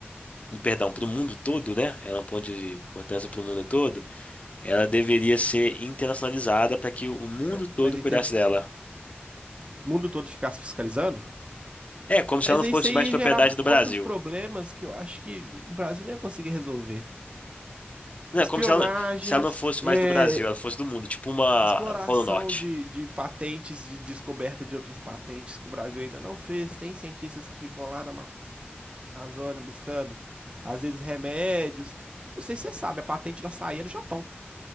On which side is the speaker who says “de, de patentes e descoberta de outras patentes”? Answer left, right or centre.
Right